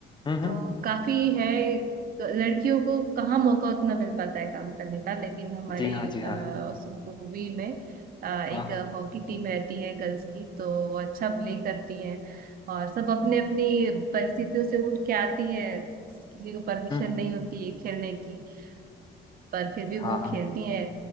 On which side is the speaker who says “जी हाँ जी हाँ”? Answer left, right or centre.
Left